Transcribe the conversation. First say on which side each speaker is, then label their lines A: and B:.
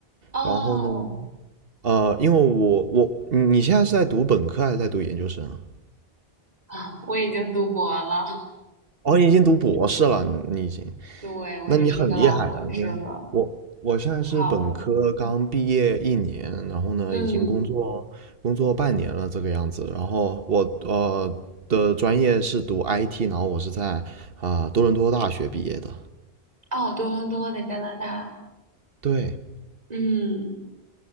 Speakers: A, on the right (about 40°); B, on the right (about 65°).
A: 哦，
B: 然后呢，呃，因为我我你你现在是在读本科还是在读研究生啊？
A: 啊，我已经读博了，
B: 哦，你已经读博士了，你你已经，
A: <laughs> 对，我已经是一个老博士了，
B: 那你很厉害啊！你看我我现在是本科刚毕业一年，
A: 好了，
B: 然后呢，
A: 嗯，
B: 已经工作工作半年了这个样子。然后我呃的专业是读 IT，然后我是在啊、多伦多大学毕业的。
A: 哦，多伦多在加拿大，
B: 对，
A: 嗯。